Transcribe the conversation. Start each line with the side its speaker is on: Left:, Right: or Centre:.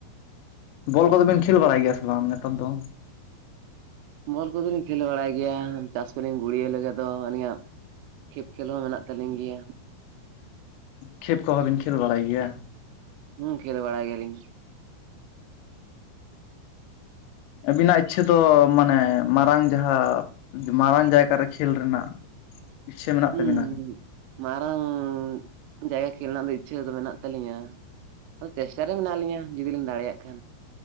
Left: ᱵᱚᱞ ᱠᱚᱫᱚ ᱵᱤᱱ ᱠᱷᱮᱞ ᱵᱟᱲᱟᱭ ᱜᱮᱭᱟ ᱥᱮ ᱵᱟᱝ ᱱᱮᱛᱟᱨ ᱫᱚ?
Right: ᱵᱚᱞ ᱠᱚᱫᱚ ᱞᱤᱧ ᱠᱷᱮᱞ ᱵᱟᱲᱟᱭ ᱜᱮᱭᱟ ᱪᱟᱥ ᱠᱚᱞᱤᱧ ᱜᱩᱲᱭᱟᱹᱣ ᱞᱮᱜᱮ ᱫᱚ ᱟᱹᱞᱤᱧᱟᱜ ᱠᱷᱮᱯ ᱠᱷᱮᱞ ᱦᱚᱸ ᱢᱮᱱᱟᱜ ᱛᱟᱹᱞᱤᱧ ᱜᱮᱭᱟ᱾
Left: ᱠᱷᱮᱯ ᱠᱚᱦᱚᱸ ᱵᱤᱱ ᱠᱷᱮᱞ ᱵᱟᱲᱟᱭ ᱜᱮᱭᱟ?
Right: ᱦᱩᱸ ᱠᱷᱮᱞ ᱵᱟᱲᱟᱭ ᱜᱮᱭᱟᱞᱤᱧ᱾
Left: ᱟᱹᱵᱤᱱᱟᱜ ᱤᱪᱪᱷᱟᱹ ᱫᱚ ᱢᱟᱱᱮ ᱢᱟᱨᱟᱝ ᱡᱟᱸᱦᱟ ᱢᱟᱨᱟᱝ ᱡᱟᱭᱜᱟ ᱨᱮ ᱠᱷᱮᱞ ᱨᱮᱱᱟᱜ? ᱤᱪᱪᱷᱟᱹ ᱢᱮᱱᱟᱜ
Right: ᱦᱩᱸ
Left: ᱛᱟᱵᱤᱱᱟ
Right: ᱦᱩᱸ ᱢᱟᱨᱟᱝ ᱡᱟᱭᱜᱟ ᱠᱷᱮᱞ ᱨᱮᱱᱟᱜ ᱫᱚ ᱤᱪᱪᱷᱟᱹ ᱫᱚ ᱢᱮᱱᱟᱜ ᱛᱟᱞᱤᱧᱟ᱾ ᱟᱫᱚ ᱪᱮᱥᱴᱟ ᱨᱮ ᱢᱮᱱᱟᱜ ᱞᱤᱧᱟ ᱡᱩᱫᱤᱞᱤᱧ ᱫᱟᱲᱮᱭᱟᱜ ᱠᱷᱟᱱ᱾